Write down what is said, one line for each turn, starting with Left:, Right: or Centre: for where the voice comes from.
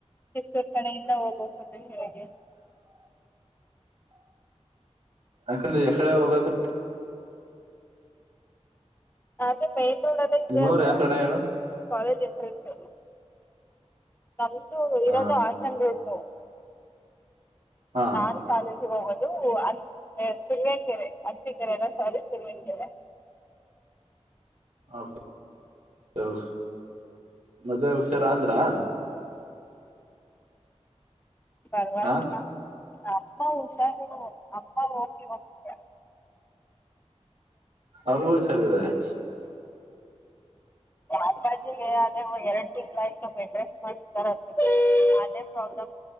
Left: <unintelligible> ಕಡೆಯಿಂದ <unintelligible>
Right: ಅಂಕಲ್ಲ್ ಎಕಡೆ ಹೋಗೋದು.
Left: ಹಾಗೆ ಮೈನ್ ರೋಡ್ <unintelligible> ಇದೆ
Right: ನಿಮ್ಮೂರ್
Left: ಅದು
Right: ಯಾವ ಕಡೆ ಹೇಳು
Left: ಕಾಲೇಜ್ ಎಂಟ್ರೆನ್ಸ್ ಅಲ್ಲಿ. ನಮ್ದು ಇರೋದು
Right: ಹ
Left: ಆಸನ್ ಉಂಟು
Right: ಹಾ
Left: ನಾನನ್ ಕಾಲ ಹೋಗುದು ಹ ತಿುಮ್ಮಿಯ ಕೆರೆ ಹಸ್ಕೆರೆ ಎಲ್ಲ ಸದು ತಿ ಕೆರೆ
Right: <inaudible> ಮಜೆ ಹುಷಾರ ಅಂದ್ರಾ
Left: ಪರವಾಗಿಲ್ಲ
Right: ಹ
Left: ಅಮ್ಮ ಹುಷಾರು ಅಮ್ಮ ಹೋಗಿ ಹೋಗತ
Right: ಅವ್ರಿಗೂ ಈ ಸಾರ ಇದೆ <inaudible>
Left: ಹ ಬ ಅದ ಎರಡ್ ತಿಂಗಳ ಅಡ್ರೆಸ್ಟ್ ಮಾಡಾರ ಅದೇ ಪ್ರಾಬ್ಲಮ್